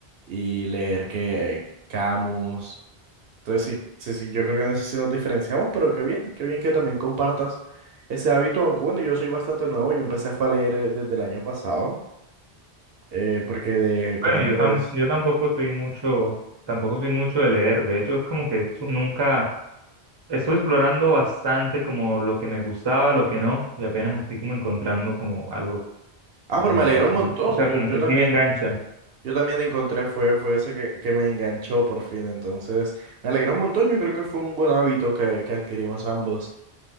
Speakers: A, on the right; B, on the right.
A: y leer que eh, Camus. Entonces sí, sí, sí, yo creo que en eso sí nos diferenciamos, pero qué bien, qué bien que también compartas ese hábito, aunque bueno, yo soy bastante nuevo, yo empecé fue a leer eh, desde el año pasado, eh, porque de pequeño
B: Bueno, yo,
A: pues...
B: tam, yo tampoco soy mucho, tampoco soy mucho de leer, de hecho es como que su- nunca Estuve explorando bastante como lo que me gustaba, lo que no, y apenas estoy como encontrando como algo
A: Ah, pero
B: que me
A: me alegró
B: apasiona.
A: un montón,
B: O sea,
A: yo,
B: como
A: yo
B: que
A: también,
B: sí me engancha.
A: yo también encontré, fue, fue eso que, que me enganchó por fin, entonces me alegró un montón, yo creo que fue un buen hábito que, que adquirimos ambos,